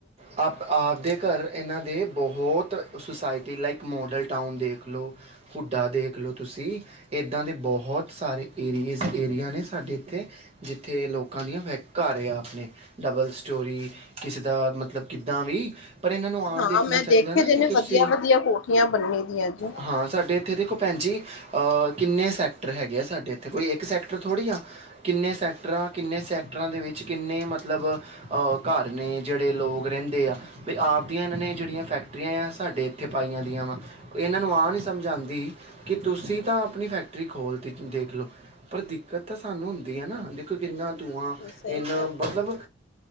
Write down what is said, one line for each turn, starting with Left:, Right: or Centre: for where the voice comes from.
Right: ਆਪ ਆਪ ਦੇ ਘਰ ਇਹਨਾਂ ਦੇ ਬਹੁਤ ਸੁਸਾਇਟੀ ਲਾਈਕ ਮੋਡਲ ਟਾਊਨ ਦੇਖ ਲਓ, ਹੁੱਡਾ ਦੇਖ ਦੇਖ ਲਓ ਤੁਸੀਂ ਇੱਦਾਂ ਦੇ ਬਹੁਤ ਸਾਰੇ ਏਰੀਏਜ਼ ਏਰੀਆ ਨੇ ਸਾਡੇ ਇੱਥੇ, ਜਿੱਥੇ ਲੋਕਾਂ ਦੀਆਂ ਫੈ ਘਰ ਆਪਣੇ ਡਬਲ ਸਟੋਰੀ, ਕਿਸੇ ਦਾ ਮਤਲਬ ਕਿੱਦਾਂ ਵੀ ਪਰ ਇਹਨਾਂ ਨੂੰ ਆ
Left: ਹਾਂ
Right: ਦੇਖਣਾ
Left: ਮੈਂ
Right: ਚਾਹੀਦਾ
Left: ਦੇਖੇ
Right: ਨਾ
Left: ਦੇ
Right: ਕਿ
Left: ਨੇ
Right: ਤੁਸੀਂ
Left: ਵਧੀਆ ਵਧੀਆ ਕੋਠੀਆਂ ਬੰਨੀ ਦੀਆਂ ਜੀ
Right: ਹਾਂ ਸਾਡੇ ਇੱਥੇ ਦੇਖੋ ਭੈਣ ਜੀ, ਅਹ ਕਿੰਨੇ ਸੈਟ ਸੈਕਟਰ ਹੈਗੇ ਆ ਸਾਡੇ ਇੱਥੇ, ਕੋਈ ਇੱਕ ਸੈਕਟਰ ਥੋੜ੍ਹੀ ਆ ਕਿੰਨੇ ਸੈਕਟਰ ਆ, ਕਿੰਨੇ ਸੈਕਟਰਾਂ ਦੇ ਵਿੱਚ ਕਿੰਨੇ ਮਤਲਬ ਤਲਬ ਔ ਘਰ ਨੇ ਜਿਹੜੇ ਲੋ ਰਹਿੰਦੇ ਆ, ਵੀ ਆਪ ਦੀਆਂ ਇਹਨਾਂ ਨੇ ਜਿਹੜੀਆਂ ਫੈਕਟਰੀਆਂ ਆ, ਸਾਡੇ ਇੱਥੇ ਪਾਈਆਂ ਦੀਆਂ ਵਾ। ਇਹਨਾਂ ਨੂੰ ਆ ਨਹੀਂ ਸ ਮਝ ਆਂਦੀ ਕਿ ਤੁਸੀਂ ਤਾਂ ਆਪਣੀ ਫੈਕਟਰੀ ਖੋਲਤੀ ਦੇਖਲੋ ਪਰ ਦਿੱਕਤ ਤਾਂ ਸਾਨੂੰ ਹੁੰਦੀ ਐ ਨਾ। ਦੇਖੋ ਕਿੰਨਾ ਧੂੰਆਂ
Left: ਸਹੀ
Right: ਇੰਨਾ
Left: ਗੱਲ
Right: ਮਤਲਬ,